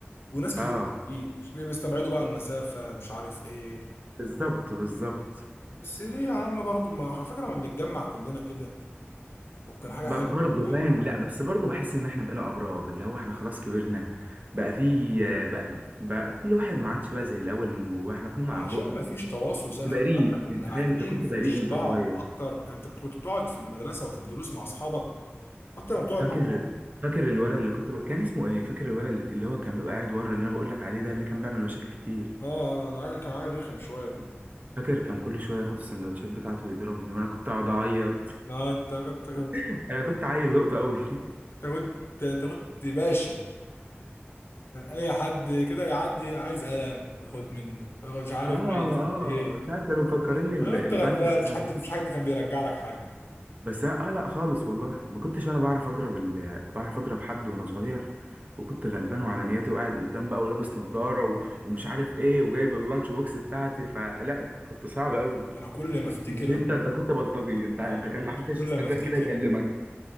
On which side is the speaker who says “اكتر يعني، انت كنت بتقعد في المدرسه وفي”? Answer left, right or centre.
Left